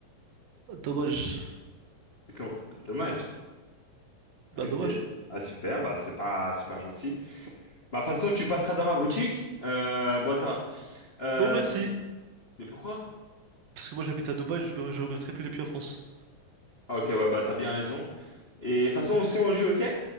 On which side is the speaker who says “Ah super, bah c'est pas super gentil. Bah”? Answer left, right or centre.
Left